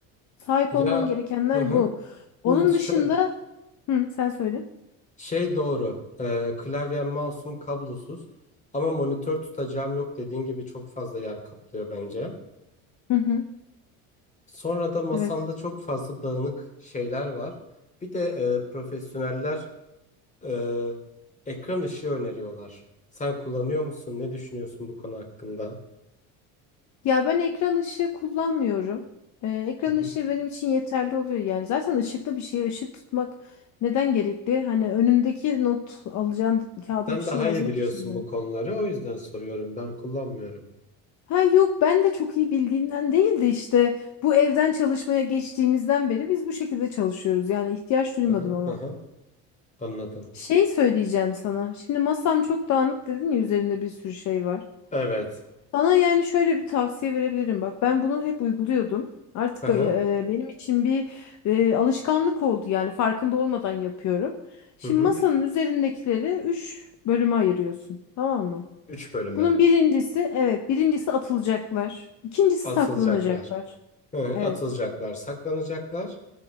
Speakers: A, on the left (about 50°); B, on the left (about 20°).
A: Sahip
B: Ya
A: olman gerekenler
B: hı hı.
A: bu. Onun
B: Şimdi şu
A: dışında... Hı, sen söyle.
B: şey doğru. Ee, klavyem mouse'um kablosuz. Ama monitör tutacağım yok dediğin gibi çok fazla yer kaplıyor bence.
A: Hı hı.
B: Sonra da masamda
A: Evet.
B: çok fazla dağınık şeyler var. Bir de e, profesyoneller Ee, ekran ışığı öneriyorlar. Sen kullanıyor musun? Ne düşünüyorsun bu konu hakkında?
A: Ya ben ekran ışığı kullanmıyorum. Ee, ekran
B: Hı hı.
A: ışığı benim için yeterli oluyor. Yani zaten ışıklı bir şeye ışık tutmak neden gerekli? Hani önündeki not alacağın kağıda
B: Sen
A: bir şey
B: daha
A: yazmak
B: iyi biliyorsun
A: için mi?
B: bu konuları, o yüzden soruyorum. Ben kullanmıyorum.
A: Ha yok ben de çok iyi bildiğimden değil de işte bu evden çalışmaya geçtiğimizden beri biz bu şekilde çalışıyoruz. Yani ihtiyaç duymadım
B: Hı hı,
A: ama.
B: hı hı. Anladım.
A: Şey söyleyeceğim sana. Şimdi masam çok dağınık dedin ya üzerinde bir sürü şey var.
B: Evet.
A: Sana yani şöyle bir tavsiye verebilirim. Bak ben bunu hep uyguluyordum. Artık
B: Hı hı,
A: e, e, benim için bir e, alışkanlık oldu yani farkında olmadan yapıyorum. Şimdi
B: hı hı.
A: masanın üzerindekileri 3 bölüme ayırıyorsun, tamam mı?
B: Üç bölüme
A: Bunun birincisi evet birincisi atılacaklar. İkincisi
B: atılacaklar.
A: saklanacaklar.
B: Hı,
A: Evet.
B: atılacaklar, saklanacaklar.